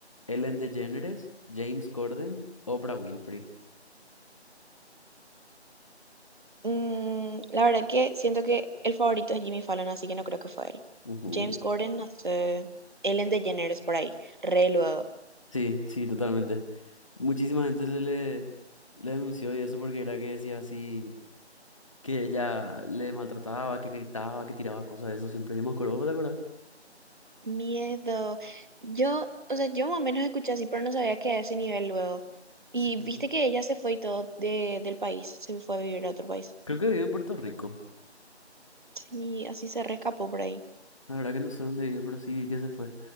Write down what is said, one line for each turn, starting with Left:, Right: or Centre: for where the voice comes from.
Left: Ellen DeGeneres, James Corden, Oprah Winfrey.
Right: Mm, la verdad que siento que el favorito es Jimmy Fallon, así que no creo que fue él.
Left: Ujú.
Right: James Corden, no sé. Ellen DeGeneres por ahí, re luego.
Left: Sí, sí, totalmente. Muchísima gente se le... le denunció y eso porque era que decía así, que ella le maltrataba, que gritaba, que tiraba cosas de eso siempre. Yo me acuerdo, ¿vos ¿te acuerdas?
Right: Miedo. Yo, o sea, yo más o menos escuché así, pero no sabía que a ese nivel luego. Y
Left: Sí.
Right: viste que ella se fue y todo de, del país, se fue a vivir a otro país.
Left: Creo que vivió en Puerto Rico.
Right: Sí, así se rescapó por ahí.
Left: La verdad que no sé dónde vive, pero sí vi que se fue.